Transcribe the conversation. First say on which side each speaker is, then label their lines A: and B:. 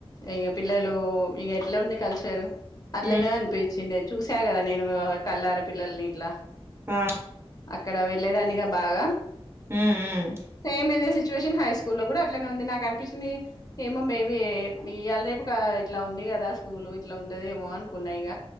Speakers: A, on the left (about 40°); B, on the right (about 25°).
A: ఇగ పిల్లలు ఇగ ఎట్లఉంది కల్చరు అట్లనే
B: ఉమ్
A: అనిపించిందే చూసి సా గదా నేను కల్లార పిల్లల్ని ఇట్ల
B: ఆ
A: అక్కడ వెళ్ళేదాని గ బాగ
B: ఉమ్ ఉమ్
A: సేము ఇదే సిచ్యు సిచ్యువేషన్ హై స్కూల్లో గూడ అట్లనే ఉంది నాకు అనిపిచింది ఏమో మేబి ఇయాల రేపు కా ఇట్ల ఉంది గదా స్కూల్ ఇట్లా ఉంటదేమో అనుకున్నా ఇగ